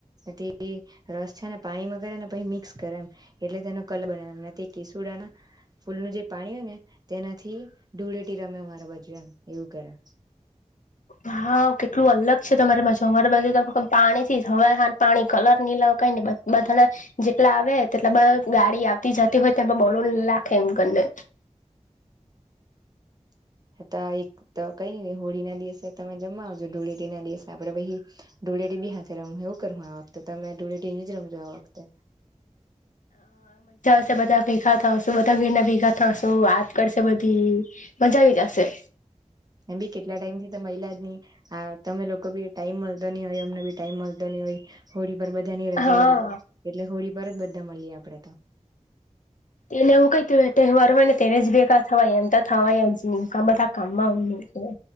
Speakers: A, on the right (about 30°); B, on the left (about 85°).
A: તેબી રસ છે ને પાણી માં કરે ને પછી મિક્સ કરેય એમ એટલે તેનો કલર બનાવાના તે કેસુડા ના ફૂલ જે પાણી હોય ને તેનાથી ધૂળેટી રમે મારા બાજુ એમ એવું કરે. <inaudible>
B: હા કેટલું અલગ છે તમારી બાછુ, અમારી બાજુ તો આખો પાણી થી હવાર હાંજ પાણી કલર ની લાવ કાઈની બધા જે લાવે એટલે બ હુ ગાડી આવતી જતી હોય તોમ બોરલ ને લાખે એમ કરને
A: <inaudible> તા એક તો કઈ નહી હોળી ના દિવસે તમે જમવા આવજો, ધૂળેટી ના દિવસે આપડે પહી ધૂળેટી બી હાથે રમહુ <unintelligible> તો તમે ધૂળેટી અહીંજ રમજો આ વખતે
B: ત બધા ભેગા થશુ બધા ભીના ભીના થશુ વાત કરશે બધી મજા જ ગશે
A: એ ભી કેટલા ટાઈમ થી ત મહિલા જ નહી, આ તમે લોકો બી ટાઈમ મળતો ની હોય, અમને બી ટાઈમ મળતો ની હોય હોળી પર બધાની રજા
B: હા
A: હોય, એટલે હોળી પર જ બધા મળીએ આપડે તો
B: એમ એવુ કઈ ત તહેવાર હોય ને તેને જ ભેગા થવાય એમ તો થવાય જ કા બધા કામમાં હોવે